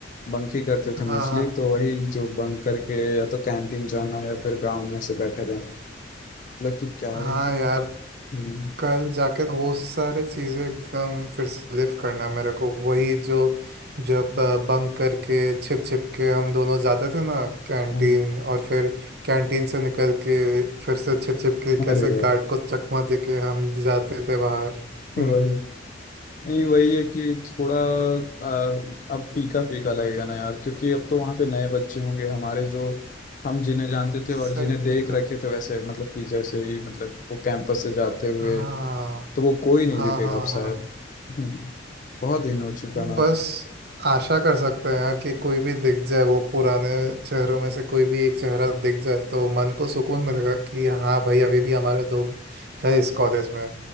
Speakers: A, on the left; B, on the right.
A: बंक ही करते थे
B: हाँ
A: मोस्टली
B: हाँ
A: तो वही जो बंक करके या तो कैंटीन जाना या फिर ग्राउंड में ऐसे बैठे रहना मतलब कि क्या
B: हाँ
A: ही-
B: यार
A: हम्म,
B: कल जाके वो सारे चीज़ें एकदम फिर से लिव करना है मेरे को वही जो जब बंक करके छिप छिप के हम दोनों जाते थे ना कैंटीन
A: हम्म,
B: और फिर कैंटीन से निकल के फिर से छिप छिप के कैसे
A: अरे भाई
B: गार्ड को चकमा दे के हम जाते थे बाहर
A: वही
B: हम्म,
A: नहीं वही है कि थोड़ा आ, अब फीका फीका लगेगा ना यार क्योंकि अब तो वहाँ पे नए बच्चे होंगे हमारे जो हम जिन्हें जानते थे
B: सही
A: और जिन्हें देख
B: बात
A: रखे
B: है
A: थे वैसे मतलब कि जैसे ही मतलब वो कैंपस से जाते हुए
B: हाँ
A: तो वो कोई नहीं
B: हाँ
A: दिखेगा
B: हाँ
A: अब
B: हाँ
A: शायद हम्म, बहुत दिन हो चुका ना
B: बस
A: अब।
B: आशा कर सकते हैं यार कि कोई भी दिख जाए वो पुराने चेहरों में से कोई भी एक चेहरा दिख जाए तो मन को सुकून मिलेगा कि हाँ भाई अभी भी हमारे लोग हैं इस कॉलेज में